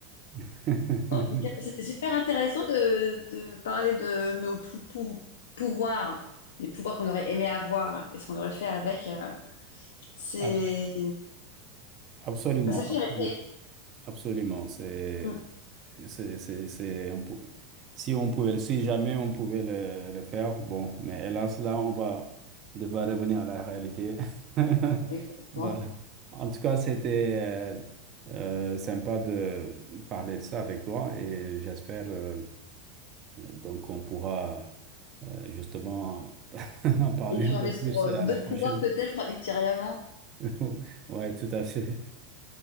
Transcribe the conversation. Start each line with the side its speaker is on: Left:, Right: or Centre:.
Right: <laughs>
Left: En tout cas, c'était super intéressant de, de parler de nos pou- pou- pouvoirs, les pouvoirs qu'on aurait aimé avoir et ce qu'on aurait fait avec. euh, c'est,
Right: Abs- Absolument,
Left: bah, ça fait
Right: absolu-
Left: rêver.
Right: absolument. C'est,
Left: Mm.
Right: c'est, c'est, c'est un pou- si on pouvait, si jamais on pouvait le, le faire, bon, mais hélas, là, on va devoir revenir à la réalité. <laughs>
Left: Exactement.
Right: Voilà. En tout cas, c'était euh, euh, sympa de parler de ça avec toi et j'espère euh, Donc, on pourra euh, justement <laughs> en parler
Left: Échanger
Right: un peu plus
Left: sur euh,
Right: à
Left: d'autres
Right: la prochaine.
Left: pouvoirs peut-être ultérieurement.
Right: <laughs> Ouais, tout à fait.